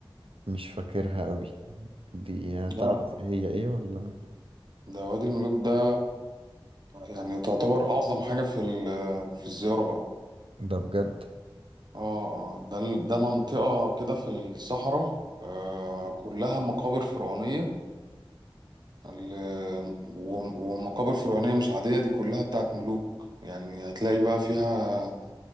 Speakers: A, on the right; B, on the right.
A: مش فاكرها قوي دي آه، تعرف
B: لا
A: هي ايه ولا
B: ده وادي الملوك ده يعني تعتبر أعظم حاجة في ال- في الزيارة بقى
A: ده بجد
B: اه اه ده ال- ده منطقة كده في الصحراء آه كلها مقابر فرعونية ال- وم- ومقابر فرعونية مش عادية دي كلها بتاعت ملوك يعني هتلاقي بقى فيها